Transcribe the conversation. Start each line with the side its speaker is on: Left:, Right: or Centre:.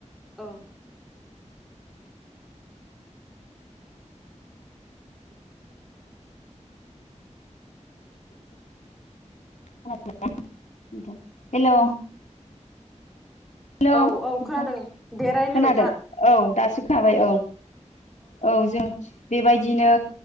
Centre: औ
Left: <unintelligible> हेलौ हेलौ
Centre: औ औ
Left: नोंथां
Centre: खोनादों दे रायलायबाय
Left: खोनादों
Centre: था
Left: औ दासो खोनाबाय औ औ जों बेबायदिनो